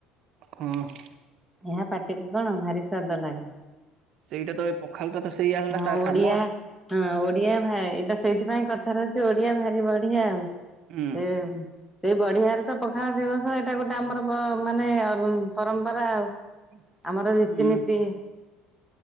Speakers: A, on the right (about 55°); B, in the centre.
A: ହଁ ହୋ
B: ଏହା ପାଟିକୁୁ କଣ ଭାରି ସ୍ଵାଦ ଲାଗେ।
A: ସେଇଟା ତ ପଖାଳ ଟା ତ ସେଇଆ। ହେଲା
B: ହଁ,
A: ତା
B: ଓଡିଆ
A: କାମ
B: ହଁ ଓଡ଼ିଆ ଭ ଏଟା ସେଇଥିପାଇଁ କଥାରେ ଅଛି ଓଡ଼ିଆ ଭାରି ବଢ଼ିଆ ଆଉ। ସେ
A: ହୁଁ
B: ସେଇ ବଢ଼ିବାରେ ତ ପଖାଳ ଦିବସ ଏଇଟା ଗୋଟେ ଆମର ମାନେ ପରମ୍ପରା ଆଉ।
A: <inaudible>
B: ଆମର ରୀତି
A: ହୁଁ
B: ନୀତି
A: ହୁଁ